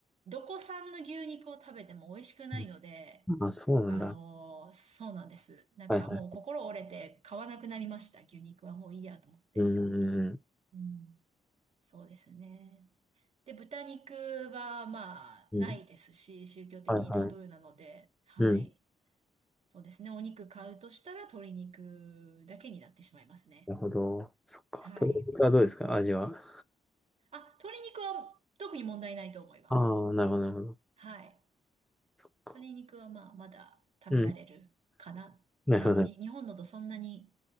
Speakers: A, on the right (about 55°); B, in the centre.
A: どこ産の牛肉を食べても美味しくないので、
B: うんあ、そうなんだ。
A: あの、そうなんです。なんかもう心折れて買わなくなりました。
B: はいはい。
A: 牛肉はもういいやと思って。
B: うんうんうん。
A: うん、そうですね。で、豚肉はまあないですし、
B: うん。
A: 宗教的にタブーなので、
B: はいはい。
A: はい。
B: うん。
A: そうですね。お肉買うとしたら鶏肉だけになってしまいますね。
B: なるほど。そっか。
A: はい。
B: 鶏肉はどうですか味は。
A: あ、鶏肉は特に問題ないと思います。
B: ああ、なるほどなるほど。
A: はい。
B: そっか。
A: 鶏肉はまあまだ食べられるかな。
B: うん。なるほどなる
A: なのに、日本のとそんなに